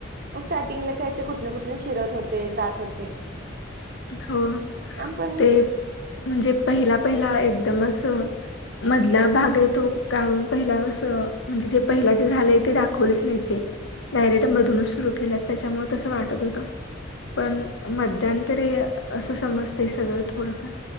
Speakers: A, on the right; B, on the left.
A: मग स्टार्टिंगला काय ते कुठनं कुठनं शिरत होते, जात होते.
B: हो
A: पण
B: ते म्हणजे पहिला पहिला एकदमच मधला भाग आहे तो गाळून पहिला म्हणजे जे पहिला जे झालंय ते दाखवलेच नाही ते डायरेट मधूनच सुरू केल्यात त्याच्यामुळे तसं वाटत होतं पण मध्यांतरी असं समजते सगळं थोडंफार